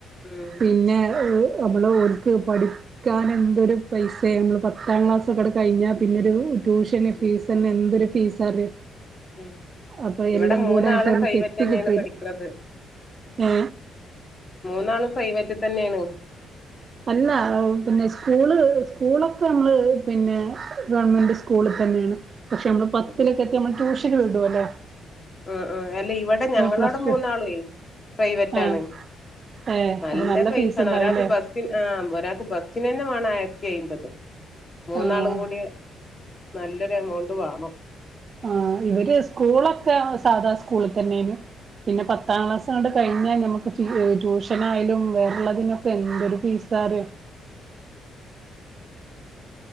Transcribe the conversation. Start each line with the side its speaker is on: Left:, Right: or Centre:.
Left: ഉം
Right: പിന്നെ ഏഹ് നമ്മള് ഓൽക്ക് പഠി ക്കാൻ എന്തൊരു പൈസേ. നമ്മള് പത്താം ക്ലാസ്ക്കുടെ കയിഞ്ഞാൽ പിന്നൊരു, ട്യൂഷന്
Left: ഉം
Right: ഫീസന്നെ എന്തൊരു ഫീസാലേ.
Left: ഉം
Right: അപ്പൊ
Left: ഇവിടെ
Right: എല്ലം
Left: മൂന്നാളും
Right: കൂടെ ആയിട്ട് എനിക്ക്
Left: പ്രൈവറ്റ്
Right: എത്ത്
Left: തന്നെയാണ്
Right: കിട്ടില്ല.
Left: പഠിക്കണത്
Right: ഏ
Left: മൂന്നാളും പ്രൈവറ്റി തന്നേണ്.
Right: അല്ല പിന്നെ സ്കൂള് സ്കൂളൊക്കെ നമ്മള് പിന്നെ ഗവൺമെൻറ് സ്കൂള് തന്നേണ്. പക്ഷെ നമ്മള് പത്തിലൊക്കെ
Left: ഉം
Right: എത്തിയ നമ്മള് ട്യൂഷന് വിടോലോ.
Left: ഉം ഉം അല്ല ഇവടെ ഞങ്ങളടെ
Right: പ്ലസ്
Left: മൂന്നാളേ
Right: ടു
Left: പ്രൈവറ്റ്
Right: ആഹ്
Left: ആണ്.
Right: ഏഹ്
Left: നല്ല
Right: അപ്പൊ
Left: പൈസാണ്
Right: ഫീസ് ഉണ്ടാവൂലേ
Left: ഒരാക്ക് ബസ് ന് ആഹ് ഒരാക്ക് ബസിനന്നെ വാണം ആയിരത്തി അയ്മ്പത് മൂന്നാളും
Right: ആഹ്
Left: കൂടി നല്ലൊരു എമൗണ്ട് വാണം.
Right: ആഹ് ഇവര് സ്കൂളൊക്കെ സാധാ സ്കൂള് തന്നേന്നു. പിന്നെ പത്താം ക്ലാസാണ്ട് കയിഞ്ഞാ ഞമ്മക്ക് ഫീ ട്യൂഷന് ആയാലും വേറള്ളതിനൊക്കെ എന്തൊരു ഫീസാറ്യോ.